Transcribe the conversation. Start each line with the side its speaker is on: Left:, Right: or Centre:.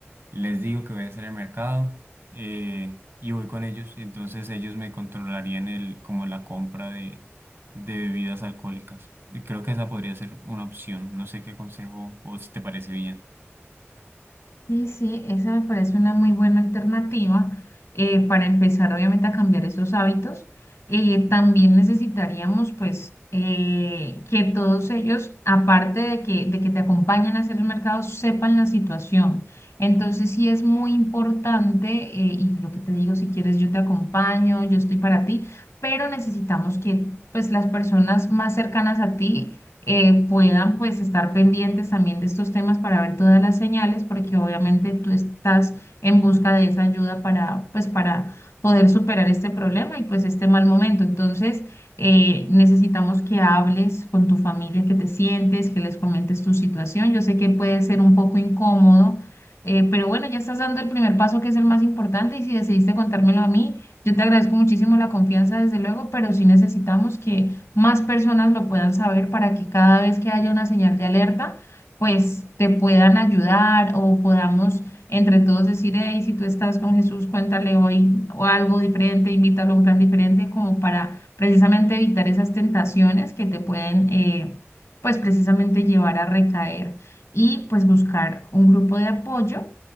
Right: les digo que voy a hacer el mercado eh, y voy con ellos. y Entonces ellos me controlarían el, como la compra de, de bebidas alcohólicas. Y creo que esa podría ser una opción. No sé qué consejo o si te parece bien.
Left: Sí, sí, esa me parece una muy buena alternativa eh, para empezar obviamente a cambiar esos hábitos. Eh, también necesitaríamos pues eh, que todos ellos, aparte de que, de que te acompañen a hacer el mercado, sepan la situación. Entonces sí es muy importante eh, y lo que te digo, si quieres yo te acompaño, yo estoy para ti, pero necesitamos que pues las personas más cercanas a ti eh, puedan pues estar pendientes también de estos temas para ver todas las señales, porque obviamente tú estás en busca de esa ayuda para pues para poder superar este problema y pues este mal momento. Entonces, eh, necesitamos que hables con tu familia, que te sientes, que les comentes tu situación. Yo sé que puede ser un poco incómodo. eh, pero bueno, ya estás dando el primer paso que es el más importante y si decidiste contármelo a mí, yo te agradezco muchísimo la confianza, desde luego, pero sí necesitamos que más personas lo puedan saber para que cada vez que haya una señal de alerta, pues te puedan ayudar o podamos entre todos decir, hey, si tú estás con Jesús, cuéntale hoy o algo diferente, invítalo a un plan diferente, como para precisamente evitar esas tentaciones que te pueden, eh, pues precisamente llevar a recaer y pues buscar un grupo de apoyo.